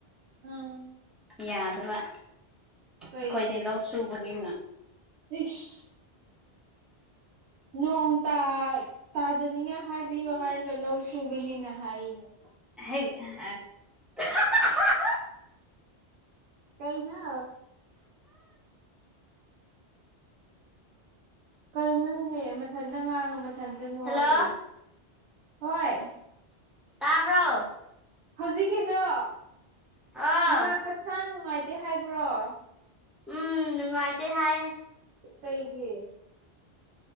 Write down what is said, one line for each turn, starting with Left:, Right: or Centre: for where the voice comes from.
Right: ꯎꯝ
Centre: ꯌꯥꯗꯕ
Right: ꯀꯩꯒꯤ
Centre: ꯑꯩꯈꯣꯏꯗꯤ ꯂꯧ ꯁꯨꯕꯅꯤꯅ
Right: ꯏꯁ ꯅꯣꯡ ꯇꯥ ꯇꯥꯗꯅꯤꯉꯥꯏ ꯍꯥꯏꯕꯤꯌꯨ ꯍꯥꯏꯔꯒ ꯂꯧꯁ- ꯁꯨꯕꯅꯤꯅ ꯍꯥꯏꯅꯦ
Centre: ꯍꯦꯒ <unintelligible>
Right: ꯀꯩ ꯅꯣ <unintelligible> ꯀꯩꯅꯅꯦꯍꯦ ꯃꯊꯟꯇ ꯉꯥꯡꯉ ꯃꯊꯟꯇ ꯅꯣꯛꯑ
Centre: ꯍꯜꯂꯣ
Right: ꯂꯩ ꯍꯣꯏ
Centre: ꯇꯥꯕ꯭ꯔꯣ
Right: ꯍꯧꯖꯤꯛꯀꯤꯗꯣ
Centre: ꯑꯣ
Right: ꯃꯥ ꯍꯛꯆꯥꯡ ꯅꯨꯡꯉꯥꯏꯇꯦ ꯍꯥꯏꯕ꯭ꯔꯣ
Centre: ꯎꯝ ꯅꯨꯉꯥꯏꯇꯦ ꯍꯥꯏꯌꯦ
Right: ꯀꯩꯒꯤ